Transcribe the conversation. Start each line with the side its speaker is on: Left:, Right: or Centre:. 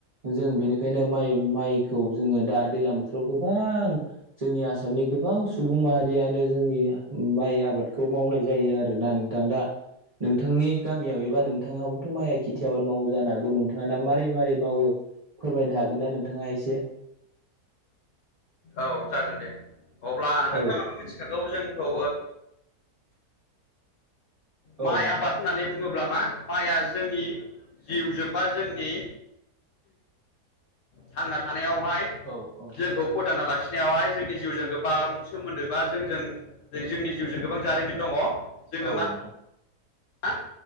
Right: जों बेनिखायनो माइ-माइखौ जोङो। दा दैलां बोथोराव गोबां जोंनि आसामनि गोबां सुबुं माहारियानो जोंनि आबादखौ मावनाय जायो आरोना नोंथां दा नोंथांनि गामियाव एबा नोंथाङाबोथ' माइया खेथि आबाद मावो जानो हागौ नोंथां नोंथाङा दा मारै मारै मावो फोरमायनो हागोन ना नोंथाङा एसे
Left: औ जागोन दे अब्ला
Right: औ
Left: नोंथाङाथ' मिथिखागौ जोंखौ
Right: औ
Left: माइ
Right: नोंथां
Left: आबाद होननानै बुङो अ मा माइआ जोंनि जिउजों बा जोंनि थांना थानायावहाय
Right: औ औ
Left: जोंखौ फोथांना लाखिनो नायावहाय जोंनि जिउजों गोबां सोमोन्दो बा जोंजों जोंनि जिउजों गोबां जारिमिन दङ जोङो
Right: औ
Left: मा
Right: उथां
Left: ओ,